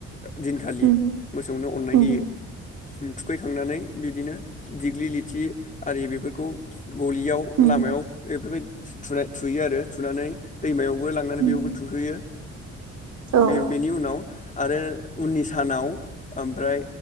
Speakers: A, on the left; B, on the right.
A: दिनखालि
B: उम
A: मोसौनो अननाय
B: उम
A: होयो। थुखै खांनानै बिदिनो दिग्लि लिथि आरि बेफोरखौ गलियाव
B: उम
A: लामायाव बेफोर बायदि थु थुनाय थुयो आरो थुनानै दैमायाव बोलांनानै
B: उम
A: बेयावबो थुखैयो।
B: औ
A: बे बेनि उनाव आरो उननि सानाव ओमफ्राय